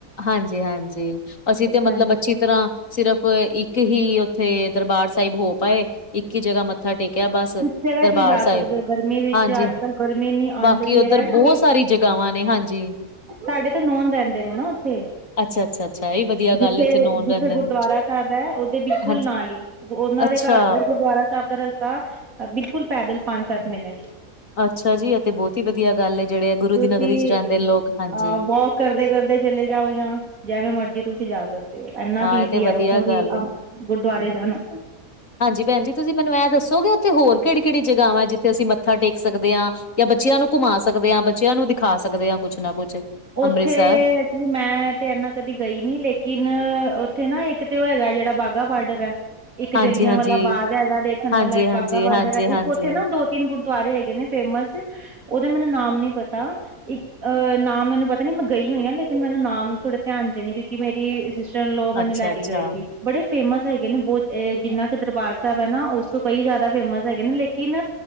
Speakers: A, on the left; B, on the right.
A: ਹਾਂਜੀ- ਹਾਂਜੀ ਅਸੀ ਤੇ ਮਤਲਬ
B: ਹਾਂਜੀ
A: ਅਛੀ ਤਰ੍ਹਾਂ ਸਿਰਫ਼ ਇਕ ਹੀ ਉਥੇ ਦਰਬਾਰ ਸਾਹਿਬ ਹੋ ਪਾਏ ਇਕ ਇਕੀ ਜਗਾ ਮਥਾ ਟੇਕਿਆ ਬਸ
B: ਕਿਸ
A: ਦਰਬਾਰ
B: ਜਗ੍ਹਾ ਤੁਸੀਂ ਜਾ ਸਕਦੇ
A: ਸਾਹਿਬ
B: ਹੋ ਗਰਮੀ ਵਿੱਚ
A: ਹਾਂਜੀ
B: ਅੱਜ ਕੱਲ ਗਰਮੀ ਇੰਨੀ
A: ਬਾਕੀ
B: ਅੰਤ
A: ਕਿ
B: ਦੀ
A: ਉਧਰ
B: ਹੈ ਕਿ
A: ਬਹੁਤ ਸਾਰੀ ਜਗ੍ਹਾਵਾਂ ਨੇ ਹਾਂਜੀ-
B: ਸਾਡੇ ਤੇ ਨੋਨ ਰਹਿਦੇ ਨੇ ਨਾ ਉਥੇ
A: ਅੱਛਾ-ਅੱਛਾ-ਅੱਛਾ ਇਹ ਵਧੀਆ ਗੱਲ
B: ਜਿਥੇ-
A: ਹੈ, ਉੱਥੇ ਨੋਨ
B: ਜਿਥੇ
A: ਰਹਿੰਦੇ
B: ਗੁਰਦੁਆਰਾ
A: ਨੇ
B: ਸਾਹਿਬ ਹੈ। ਉਹਦੇ ਬਿਲਕੁਲ
A: ਹਾਂਜੀ
B: ਨਾਲ ਹੀ। ਉਹਨਾਂ
A: ਅੱਛਾ,
B: ਦੇ ਘਰ ਤੋਂ ਗੁਰਦੁਆਰਾ ਸਾਹਿਬ ਦਾ ਰਸਤਾ ਬਿਲਕੁਲ ਪੈਦਲ ਪੰਜ ਸੱਤ ਮਿੰਟ
A: ਅਛਾ ਜੀ ਅਤੇ ਬਹੁਤ ਹੀ ਵਧੀਆ ਗਲ ਹੈ। ਜਿਹੜੇ ਆ ਗੁਰੂ
B: ਤੁਸੀਂ
A: ਦੀ ਨਗਰੀ 'ਚ ਰਹਿਦੇ ਨੇ ਲੋਕ ਹਾਂਜੀ
B: ਅ ਵੋਕ ਕਰਦੇ ਕਰਦੇ ਚਲੇ ਜਾਓ ਜਾਂ ਜਿਵੇ ਮਰਜੀ ਤੁਸੀ ਜਾ ਸਕਦੇ ਇਨਾ
A: ਹਾਂ
B: ਕੁ ਈਜੀ
A: ਇਹ ਤੇ
B: ਆ
A: ਵਧੀਆ
B: ਉਥੋ
A: ਗੱਲ
B: ਦੀ ਗੁਰਦੁਆਰੇ ਜਾਣਾ
A: ਹਾਂ ਭੈਣ ਜ ਤੁਸੀ ਮੈਨੂੰ ਇਹਂ ਦਸੋਗੇ ਉਥੇ ਹੋਰ ਕਿਹੜੀ- ਕਿਹੜੀਆ ਜਗਾਵਾਂ ਜਿਥ ਅਸੀ ਮਥਾ ਟੇਕ ਸਕਦੇ ਹਾਂ। ਜਾਂ ਬੱਚਿਆਂ ਨੂੰ ਘੁੰਮਾ ਸਕਦੇ ਹ ਬੱਚਿਆਂ ਨੂੰ ਦਿਖਾ ਸਕਦੇ ਹਾਂ ਕੁਛ ਨਾ ਕੁਛ।
B: ਉਥੇ-
A: ਅੰਮ੍ਰਿਤਸਰ
B: ਮੈਂ ਤੇ ਇਨਾ ਕਦੀ ਗਈ ਨੀ ਲੇਕਿਨ ਉਥੇ ਨਾ ਇਕ ਤੇ ਉਹ ਹੈਗਾ ਜਿਹੜਾ ਵਾਹਗਾ ਬਾਰਡਰ ਹੈ। ਇੱਕ
A: ਹਾਂਜੀ-ਹਾਂਜੀ,
B: ਜਲਿਆਂ ਵਾਲਾ ਬਾਗ ਹੈਗਾ ਦੇਖਣ
A: ਹਾਂਜੀ-ਹਾਂਜੀ,
B: ਵਾਲਾ ਇਕ ਵਾਹਗਾ ਬਾਰਡਰ
A: ਹਾਂਜੀ-ਹਾਂਜੀ।
B: ਹੈ ਇਕ ਉਥੇ ਨਾ ਦੋ ਤਿਨ ਗੁਰਦੁਆਰੇ ਹੈਗੇ ਨੇ ਫੇਮਸ ਉਹਦੇ ਮੈਨੂੰ ਨਾਮ ਨੀ ਪਤਾ ਇਕ ਅਹ ਨਾ ਮੈਨੂੰ ਪਤਾ ਨੀ ਮੈਂ ਗਈ ਹੋਈ ਹ ਲੇਕਿਨ ਮੈਨੂੰ ਨਾਾਮ ਥੋੜੇ ਧਿਆਨ ਜਚ ਨਹੀ ਉਕਿ ਕਿ ਮੇਰੀ ਸਿਸਟਰ ਲੋ ਮੈਨੂੰ
A: ਅੱਛਾ-ਅੱਛਾ
B: ਲੈ ਕੇ ਗਏ ਸੀ ਬੜੇ ਫੇਮਸ ਹੈਗੇ ਨੇ ਬਹੁਤ ਜਿਨਾ ਕੁ ਦਰਬਾਰ ਸਾਹਿਬ ਹੈ ਨਾ ਉਸ ਤੋਂ ਕਈ ਜ਼ਿਆਦਾ ਫੇਮਸ ਹੈਗੇ ਨੇ ਲੇਕਿਨ